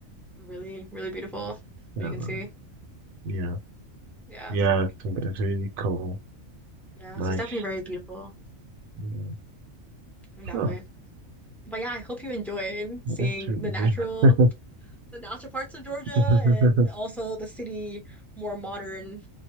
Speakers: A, in the centre; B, on the right (about 85°).
A: really, really beautiful.
B: Yeah.
A: You can
B: Right.
A: see.
B: Yeah.
A: Yeah.
B: Yeah. It's, it's
A: So-
B: really cool.
A: Yeah,
B: Nice.
A: so it's definitely very beautiful
B: Yeah.
A: in that
B: Huh,
A: way. But yeah, I hope you enjoyed seeing
B: it's,
A: the natural
B: yeah.
A: the natural parts of Georgia
B: <laughs>
A: and also the city more modern,